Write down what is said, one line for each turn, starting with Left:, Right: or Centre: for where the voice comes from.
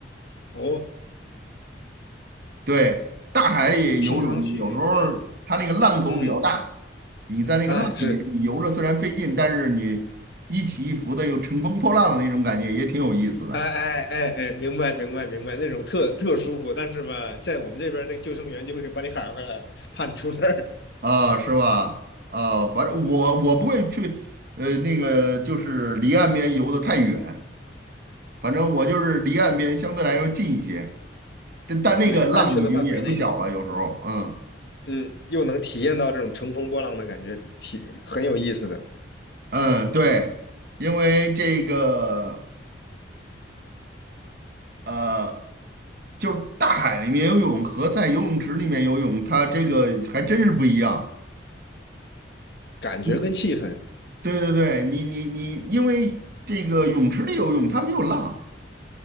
Left: 哦，
Right: 对，大海里游泳有时候儿它那个浪头比较大，
Left: 平常去，嗯嗯，
Right: 你在那个浪里面你游着虽然费劲，
Left: 哎是，
Right: 但是你一起一伏的又乘风破浪的那种感觉也挺有意思的
Left: 哎哎哎哎，明白明白明白，那种特特舒服，但是吧，在我们这边儿这个救生员就会把你喊回来，怕你出事儿，
Right: 啊，是吧？啊，反正我我不会去，
Left: 嗯，
Right: 呃，那个就是离岸边游的太远，反正我就是离岸边相对来说近一些，但但那个浪已经也不小了，
Left: 对，安全的范围内。
Right: 有时候，嗯
Left: 嗯，又能体验到这种乘风破浪的感觉，挺很有意思的
Right: 嗯，对，因为这个。呃，就是大海里面游泳和在游泳池里面游泳，它这个还真是不一样。
Left: 感觉跟气氛。
Right: 你对对对，你你你，因为这个泳池里游泳它没有浪，